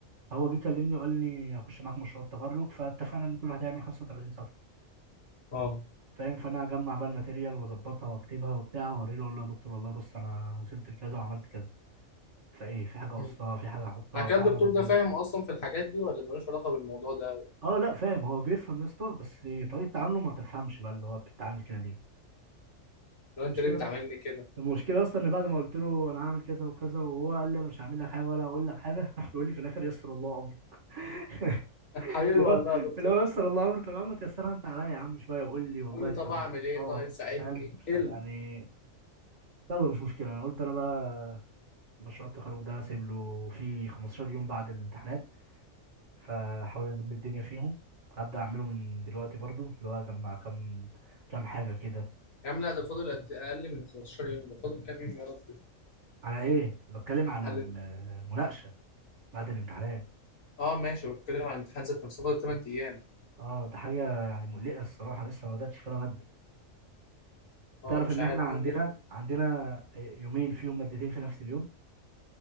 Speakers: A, on the right; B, on the left.
A: هو جه كلمني وقال لي اخش معاك مشروع التخرج فاتفقنا ان كل واحد هيعمل 35 صفحه
B: أه
A: فاهم فانا اجمع بقى الماتيريال واظبطها واكتبها وبتاع واوريه له اقول له يا دكتور والله بص انا وصلت لكذا وعملت كذا فايه في حاجه
B: مم.
A: اقصها في حاجه احطها
B: بعد كده
A: في
B: الدكتور
A: حاجه ابدلها
B: ده فاهم أصلا في الحاجات دي ولا ملوش علاقة بالموضوع ده
A: اه لا فاهم هو بيفهم يا اسطى بس طريقه تعامله ما تفهمش بقى اللي هو بتتعامل كده ليه
B: لو أنت
A: المشكله
B: ليه بتعاملني كده
A: المشكله اصلا ان بعد ما قلت له انا هعمل كذا وكذا وهو قال لي انا مش هعمل لك حاجه ولا هقول لك حاجه <laughs> راح بيقول لي في الاخر يسر الله امرك <laughs>
B: <laughs> حبيبي
A: اللي
B: والله
A: هو
B: يا دكتور
A: اللي هو يسر الله امره طب يا عم تيسرها انت عليا يا عم شويه وقول لي والله
B: قول لي
A: انت
B: طب
A: مف...
B: أعمل إيه
A: اه
B: طيب ساعدني
A: فاهم
B: إيه
A: ف- يعني يلا مش مشكله انا قلت انا بقى مشروع التخرج ده اسيب له فيه 15 يوم بعد الامتحانات فحاول ازم الدنيا فيهم هبدا اعمله من دلوقتي برضو اللي هو اجمع كام كام حاجه كده
B: يا عم لا ده فاضل قد اقل من 15 يوم ده فاضل كام يوم يا رب
A: على ايه بتكلم على
B: علم
A: المناقشه بعد الامتحانات
B: اه ماشي بتكلم عن الامتحان ذات نفسه فاضل 8 ايام
A: اه ده حاجه يعني مقلقه الصراحه لسه ما بداتش ولا ماده
B: اه
A: تعرف
B: مش
A: ان
B: عارف
A: احنا عندنا
B: ممكن
A: عندنا يومين فيهم مادتين في نفس اليوم